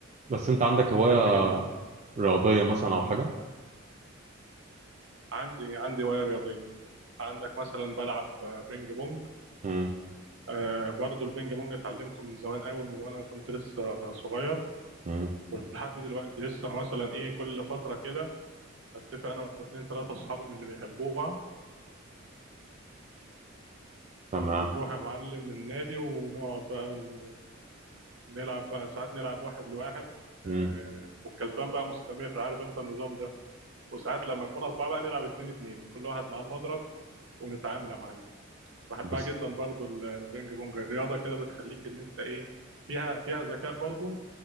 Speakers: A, on the right (about 35°); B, on the right (about 65°).
A: بس انت عندك
B: يعني
A: هوايه
B: بحب جدا
A: رياضيه مثلا او حاجه
B: عندي عندي هوايه رياضيه عندك مثلا بلعب آه، بينج بونج
A: امم
B: آه برضو البينج بونج اتعلمته من زمان قوي من وانا كنت لسه صغير
A: امم
B: ولحد دلوقتي لسه مثلا ايه كل فترة كده اتفق انا واتنين تلاتة اصحابي من اللي بيحبوها
A: تمام
B: ونروح يا معلم النادي ونقعد بقى ن- نلعب بقى ساعات نلعب واحد لواحد
A: مم.
B: آه، والكسبان بقى مستمر عارف انت النظام ده وساعات لما نكون اربعة بقى نلعب اتنين اتنين كل واحد مع المضرب ونتعامل يا معلم بحبها
A: بس
B: جدا برضو ال- البينج بونج رياضة كده بتخليك ان انت ايه فيها فيها ذكاء برضو